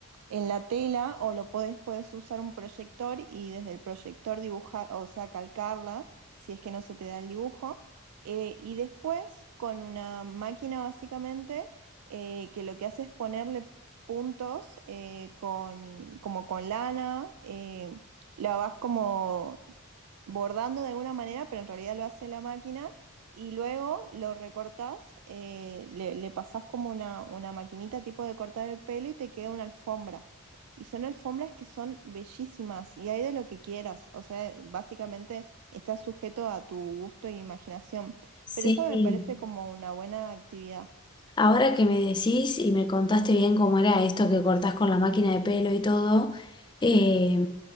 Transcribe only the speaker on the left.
Sí.
Ahora que me decís y me contaste bien cómo era esto que cortás con la máquina de pelo y todo, eh,